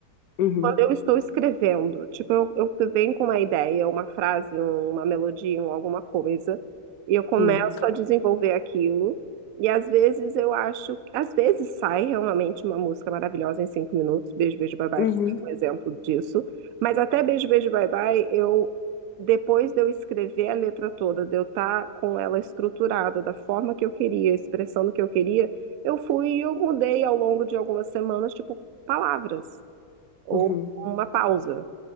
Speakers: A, on the left; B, on the right.
A: Uhum.
B: quando eu estou escrevendo. Tipo, eu, eu venho com uma ideia, uma frase, um- uma melodia, um, alguma coisa, e eu começo
A: Sim.
B: a desenvolver aquilo. E às vezes eu acho, às vezes sai realmente uma música maravilhosa em cinco minutos. Beijo, beijo, bye bye
A: Uhum.
B: foi um exemplo disso. Mas até beijo, beijo, bye bye, eu depois de eu escrever a letra toda, de eu estar com ela estruturada da forma que eu queria, expressando o que eu queria, eu fui e eu mudei ao longo de algumas semanas, tipo, palavras ou
A: Uhum.
B: uma pausa,